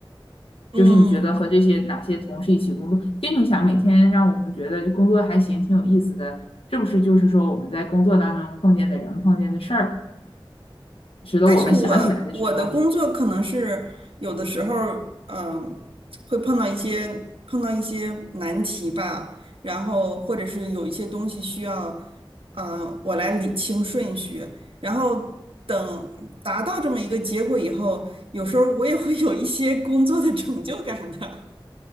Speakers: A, on the right; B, on the left.
A: 嗯，
B: 就是你觉得和这些哪些同事一起工作，其实你想每天让我们觉得工作还行，挺有意思的，是不是？就是说我们在工作当中碰见的人、碰见的事儿，使得我们想起来的时候
A: 但是我我的工作可能是有的时候，嗯、会碰到一些碰到一些难题吧，然后或者是有一些东西需要，呃，我来理清顺序，然后等达到这么一个结果以后，有时候我也会有一些工作的成就感的，